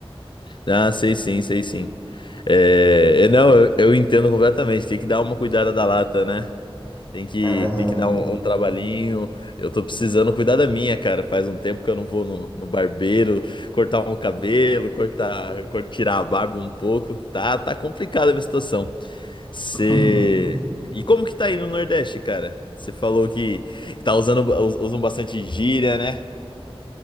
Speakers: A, on the left (about 50°); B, on the left (about 15°).
A: Ah, sei sim, sei sim. É, é, não, eu, eu entendo completamente. Tem que dar uma cuidada da lata, né? Tem que,
B: É verdade.
A: tem que dar um, um trabalhinho. Eu tô precisando cuidar da minha, cara. Faz um tempo que eu não vou no, no barbeiro cortar um cabelo, cortar, cor- tirar a barba um pouco. Tá, tá complicada a minha situação. Você.
B: <laughs>
A: E como que tá aí no Nordeste, cara? Você falou que tá usando, ba- us- usam bastante gíria, né?